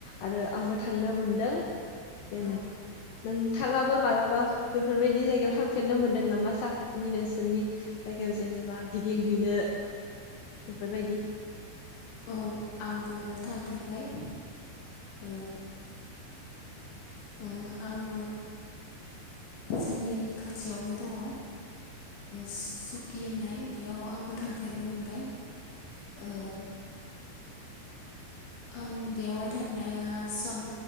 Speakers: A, on the left; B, on the left.
A: आरो आंबो थांनो मोनदों बेनो
B: औ
A: नोंथाङाबो मालाबा बेफोरबायदि जायगायाव थांफेरनो मोनदों नामा साखाथिनि नोंसोरनि जायगायाव जेनेबा गिदिंहैनो बेफोरबायदि
B: औ आंबो थांफेरबाय ओ ओ आङो जोंनि खाथियावनो दङ ओ सुकि होननाय बेयाव आंबो थांफेरनो मोनबाय ओ आं बेवहाय थांनाया सन